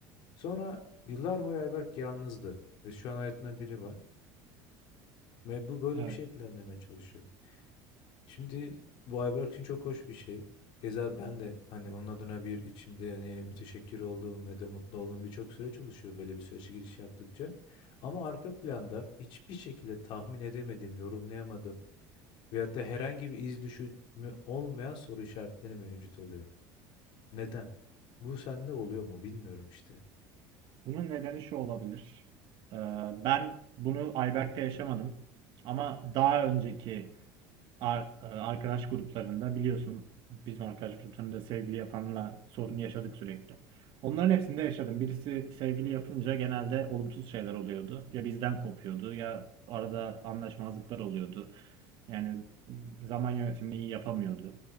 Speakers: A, on the left; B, on the right.
A: Sonra yıllar boyu Ayberk yalnızdı ve şu an hayatında biri var ve bu böyle
B: Evet.
A: bir şey planlamaya çalışıyor. Şimdi bu Ayberk için çok hoş bir şey. Keza ben de hani onun adına bir içimde yani müteşekkir olduğum ve de mutlu olduğum birçok süreç oluşuyor böyle bir sürece giriş yaptıkça. Ama arka planda hiçbir şekilde tahmin edemediğim, yorumlayamadığım veyahut da herhangi bir iz düşümü olmayan soru işaretleri mevcut oluyor. Neden? Bu sende oluyor mu bilmiyorum işte.
B: Bunun nedeni şu olabilir. Ee, ben bunu Ayberk'te yaşamadım. Ama daha önceki ar- e, arkadaş gruplarında biliyorsun bizim arkadaş gruplarında sevgili yapanla sorun yaşadık sürekli. Onların hepsinde yaşadım. Birisi sevgili yapınca genelde olumsuz şeyler oluyordu. Ya bizden kopuyordu ya arada anlaşmazlıklar oluyordu. Yani zaman yönetimini iyi yapamıyordu